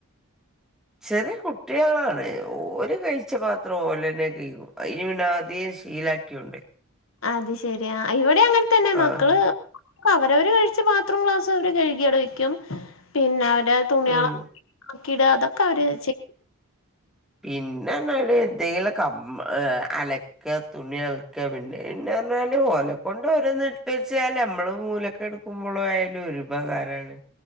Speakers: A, in the centre; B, on the left.
A: ചെറിയ കുട്ട്യാളാണ് ഓരെ കഴിച്ച പാത്രം ഓലന്നെ കയികും. അയ്ന് പിന്നാതിയെ ശീലാക്കിയൊണ്ട്.
B: അത് ശെരിയാ ഇവെടെ അങ്ങൻതന്നെ
A: ആഹ്
B: മക്കള്. ക്ക അവരവര് കഴിച്ച പാത്ര ക്ലാസും അവര് കഴുകിയവടെ വെക്കും പിന്നെ അവരേ തുണിയള്
A: ഉം
B: ഒക്കിടഅതൊക്കെ അവരെചെയ്
A: പിന്നെന്തല് എന്തെങ്കിലൊ കം എ അലെ. ക്ക തുണി അൾക്ക പിന്നെ പിന്നെർഞ്ഞാല് ഓല കൊണ്ട് ഓരോ ന്ന്ട്പ്പിച്ചാൽ അമ്മള് മൂലക്കെട് കുമ്പോളായാലും ഒരുപകാരാണ്.